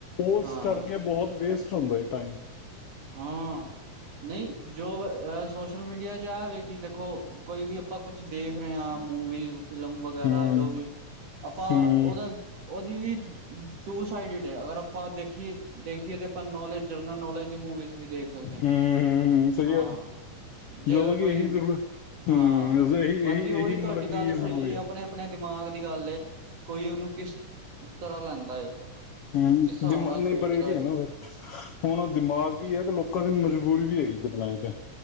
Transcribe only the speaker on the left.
ਉਸ
ਕਰਕੇ ਬਹੁਤ ਵੇਸਟ ਹੁੰਦਾ ਟਾਈਮ
ਹਮ
ਹਮ
ਹੂੰ ਸਹੀ
ਗੱਲ
ਜਦੋਂ
ਕਿ ਇਹੀ ਜ਼ਰੂਰ ਹੂੰ
ਇਹੀ
ਇਹੀ
ਇਹੀ ਮਤਲਬ
ਕਿ
ਜ਼ਰੂਰੀ
ਹਮ
ਦਿਮਾਗ
ਨਹੀਂ
ਪਰ ਇਹ ਵੀ
ਹੈ ਨਾ ਫਿਰ ਹੁਣ ਉਹ ਦਿਮਾਗ ਵੀ ਹੈ ਤੇ ਲੋਕਾਂ ਦੀ ਮਜਬੂਰੀ ਵੀ ਹੈਗੀ ਕਿਤਨਾ ਤੇ